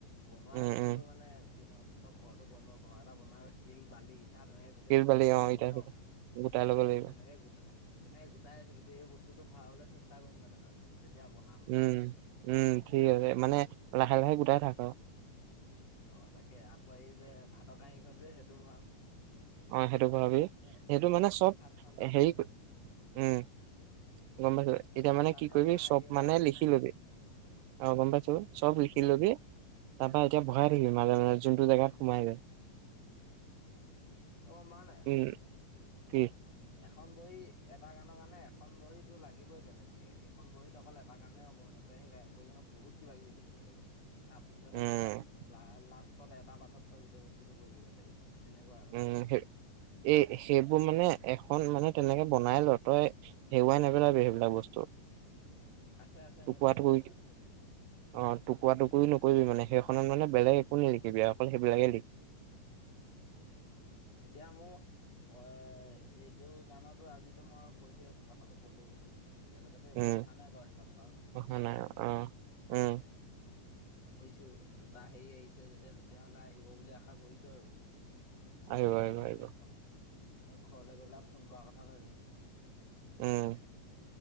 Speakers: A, on the left; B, on the right.
A: বনোৱাৰ
B: উম
A: আগতটো
B: উম
A: মানে যিনহওক ত ঘৰৰতটো বনোৱা ঘৰ এটা বনোৱা আ শিল বালি ইঠা তেনেকে গোটেই
B: শিল
A: গোটাই
B: বালি
A: ল'ব
B: অ
A: লাগিব
B: ইটা
A: ন
B: চিটা গোটাই ল'ব
A: সেই
B: লাগিব
A: তেনেকে গোটাই তেনেকে গোটাই আছো কিন্তু এই বস্তুটো ভৰাবলৈ চেষ্টা কৰিম মানে তাত যেতিয়া বনাম
B: উম উম ঠিক আছে মানে লাহে লাহে গোটাই থাক আৰু
A: অ তাকে আকৌ এই যে ভাতৰ কহীখন যে সেইটো ভৰাম
B: অ' সেইটো ভৰাবি
A: এ
B: সেইটো মানে চব
A: ভাত খাওঁতে
B: হেৰি উম গম পাইছো এতিয়া মানে
A: ভাত
B: কি
A: খাওঁতে
B: কৰিবি
A: হেৰিহঁতৰ
B: চব মানে লিখি
A: কাৰিকৰ
B: লবি অ গম পাইছো চব লখিলোবি তাৰ পৰা এতিয়া বহাই
A: উম
B: থাকিবি মাজে মাজে যোনটো জেগাৰ সোমাই যায়
A: ত' গম পাও নাই ইমানে
B: উম কি
A: এখন বহী এটা গানৰ গানে এখন বহীতো লাগিবই বেলেগকে সেইখন বহীত অকল এটা গানেই হ'ব মানে ত সেই বহিখনত বহুত কিবা কিবি লিখিব লাগিব তাৰ পিছতে
B: উম
A: কৰি পেলাই লা লাষ্টত এটা পাঠত তই গোটেই বস্তুটো কৰিবগৈ পাৰিবি সেই তেনেকুৱা আৰু
B: উম এই সেইবোৰ মানে এখন মানে তেনেকে বনাই ল তই হেওৱাই নেপেলাবি সেইবিলাক বস্তু
A: আছে আছে
B: টুকুৰা
A: মোৰ দুখন
B: টুকুৰি
A: তিনিখন আছে
B: অ টকুৰা টুক নকৰিবি মানে সেইখনত মানে বেলেগ একো নিলিখিবি অকল সেইবিলাকে লি
A: এতিয়া মোৰ অ এইটো গানতো আযি মই কৈছো কথাটো কলো বুলি এতিয়ালৈকেতো একো
B: উম
A: অহা নাই বাৰু সেইফালৰ পৰা
B: অহা
A: খবৰ
B: নাই অ উম
A: কৰিছো দুটা হেৰি আহিছে যেতিয়া তেতিয়া হলে আহিব বুলি আশা কৰিছো আৰু নহ'বা
B: আহিব আহিব
A: লাহেকৈ
B: আহিব
A: ফোন ঘৰলৈ গৈ পেলাই ফোন কৰাৰ কথা ভাবিম
B: উম